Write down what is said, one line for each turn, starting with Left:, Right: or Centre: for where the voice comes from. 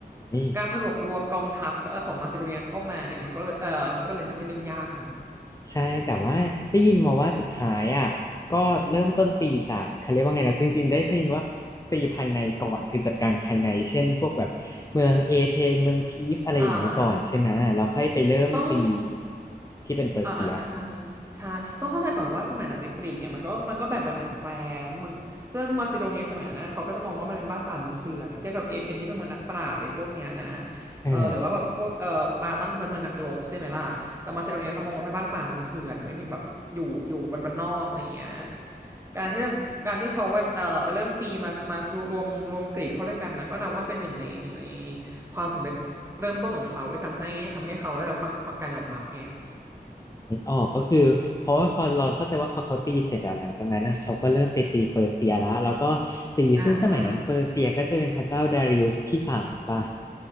Left: ย
Right: การผนวกรวมกองทัพของมาซิโดเนียเข้ามาเนี่ยมันก็เลยเออมันก็เลยไม่ใช่เรื่องยากนะ
Left: ใช่แต่ว่าได้ยินมาว่าสุดท้ายอ่ะก็เริ่มต้นตีจากเขาเรียกว่าไงนะจริงๆได้เคยยินว่าตีภายในก่อนคือจัดการภายในเช่นพวกแบบเมืองเอเธนเมืองทีฟอะไรอย่างนี้ก่อนใช่ไหมแล้วค่อยไปเริ่มตี
Right: อ่าต้อง
Left: ที่เป็นเปอร์เซีย
Right: อ่าอ่าใช่ใช่ต้องเข้าใจก่อนว่าสมัยนั้นในกรีกเนี่ยมันก็มันก็แบ่งไปหลายแคว้นมันซึ่งมาซิโดเนียสมัยนั้นนะเขาก็จะมองว่ามันเป็นบ้านป่าเมืองเถื่อนเทียบกับเอเธนที่เป็นเมืองนักปราชญ์อะไรพวกเนี้ยนะ
Left: อ่า
Right: เออหรือว่าแบบพวกเออสปาร์ตันคือเป็นเมืองนักรบใช่ไหมล่ะแต่มาซิโดเนียเขามองว่าเป็นบ้านป่าเมืองเถื่อนไม่มีแบบอยู่อยู่บ้านบ้านนอกอะไรอย่างเงี้ยการที่เราการที่เขาไว้เอ่อไปเริ่มตีมามารวมรวมกรีกเข้าด้วยกันนะก็นับว่าเป็นหนึ่งในหนึ่งในความสำเร็จเริ่มต้นของเขาที่ทำให้ทำให้เขาได้รับความการยอมรับไง
Left: นึกออกก็คือเพราะว่าพอเราเข้าใจว่าพอเขาตีเสร็จอะหลังจากนั้นอะเขาก็เริ่มไปตีเปอร์เซียละแล้วก็ตีซึ่งสมัยนั้นเปอร์เซียก็จะเป็นพระเจ้าดาริอุสที่สามป่ะ
Right: อ่าใช่